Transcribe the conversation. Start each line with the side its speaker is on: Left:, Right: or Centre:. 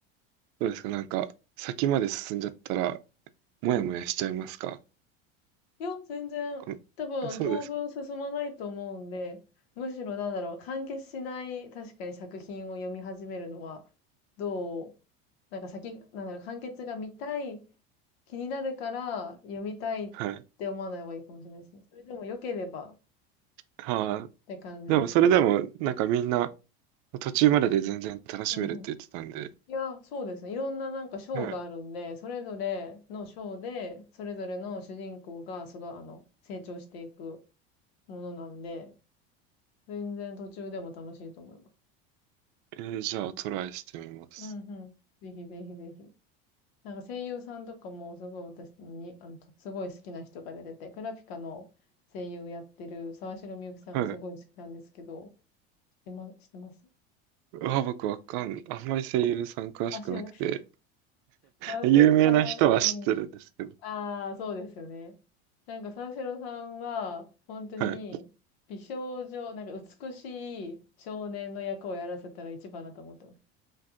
Right: どうですか、なんか、先まで進んじゃったら、もやもやしちゃいますか。
Left: うんいや、全然、
Right: このあそうですか。
Left: 多分当分進まないと思うんで、むしろなんだろう、完結しない確かに作品を読み始めるのは、どう、なんか先、なんだろう、完結が見たい、気になるから読みたいって思わない方がいいかもしれないですね。
Right: はい。
Left: それでも良ければっ
Right: はあ、
Left: て感じですけど。
Right: でも、それでも、なんかみんな、途中までで全然楽しめるって言ってたんで、
Left: うんうん。いや、そうですね。いろんななんか章があるんで、
Right: はい。
Left: それぞれの章で、それぞれの主人公が、その、あの、成長していくものなんで、全然途中でも楽しいと思います。
Right: えーじゃあ、トライしてみます。
Left: うんうん。ぜひぜひぜひ。なんか声優さんとかもすごい私に、あの、とすごい好きな人が出てて、クラピカの声優やってる沢城みゆきさんがすごい好きなんですけど、
Right: はい。
Left: 知ってま、知ってます
Right: うわ、僕わかん、あんまり声優さん詳しくなくて、
Left: あ、知らない。<laughs> 沢城さん、
Right: 有名な人は知ってるんですけど。
Left: うん。ああ、そうですよね。なんか沢城さんは、本当に、
Right: はい。
Left: 美少女、なんか美しい少年の役をやらせたら一番だと思ってます。